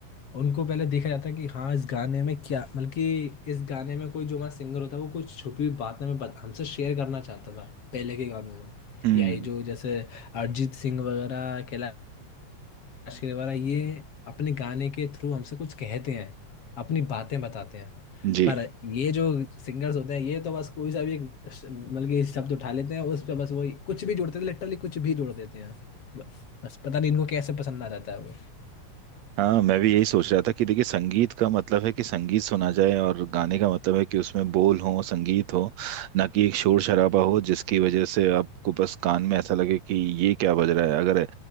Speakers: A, on the left; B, on the right.
A: उनको पहले देखा जाता है कि हाँ इस गाने में क्या मतलब कि इस गाने में कोई जो हमारा सिंगर होता है वो कुछ छुपी हुई बातें हमें बत- हमसे शेयर करना चाहता था पहले के गानों में
B: हम्म
A: या ये जो जैसे अरिजीत सिंह वगैरह कैलाश खेर वगैरह ये अपने गाने के थ्रू हमसे कुछ कहते हैं अपनी बातें बताते हैं
B: जी
A: पर ये जो सिंगर्स होते हैं ये तो बस कोई सा भी एक श- मतलब कि शब्द उठा लेते हैं उस पे बस वही कुछ भी जोड़ते हैं लिटरली कुछ भी जोड़ देते हैं ब- बस पता नहीं इनको कैसे पसंद आ जाता है वो
B: हाँ मैं भी यही सोच रहा था कि देखिए संगीत का मतलब है कि संगीत सुना जाए और गाने का मतलब है कि उसमें बोल हो संगीत हो ना कि एक शोर शराबा हो जिसकी वजह से आपको बस कान में ऐसा लगे कि ये क्या बज रहा है अगर